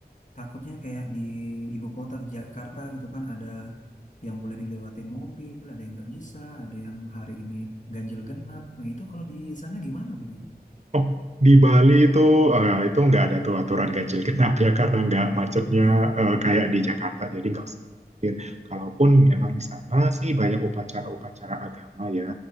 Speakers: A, on the left (about 50°); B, on the right (about 40°).
A: takutnya kayak di ibu kota di Jakarta gitu kan ada yang boleh dilewatin mobil, ada yang nggak bisa, ada yang hari ini ganjil genap. Nah itu kalau di sana gimana beli?
B: Oh, di Bali itu eh, itu nggak ada tuh aturan ganjil genap ya karena nggak macetnya
A: Ah,
B: eh, kayak di Jakarta jadi nggak usah khawatir. Kalaupun emang di sana sih banyak upacara-upacara agama ya.